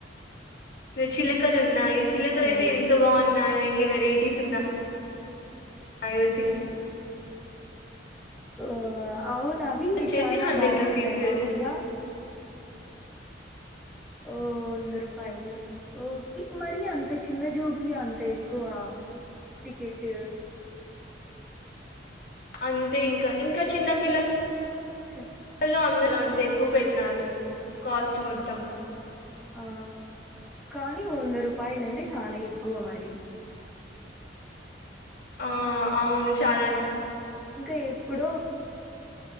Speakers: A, on the left (about 60°); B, in the centre.
A: తే చిలకలు ఉన్నాయి. చిలకలు అయితే
B: ఓ
A: ఎంత బాగున్నాయో ఎన్ని వెరైటీస్ ఉన్నయో చి
B: ఆ అవునవి
A: వచ్చేసి
B: చాలా
A: హండ్రెడ్
B: బాగుంటాయి
A: రూపీస్
B: మామూలుగా ఓ వంద రూపాయలు ఓకె మరి అంత చిన్న జూకి అంత ఎక్కువా టికెట్
A: అంతే ఇంకా ఇంకా చిన్నపిల్
B: చ
A: లో అందులో అంత ఎక్కువ పెట్టినారు కాస్ట్ మొత్తం
B: ఆ కానీ వంద రూపాయల అంటే చాలా ఎక్కువ మరి
A: ఆ అవును చాలా అంట్
B: ఇంకా ఎప్పుడో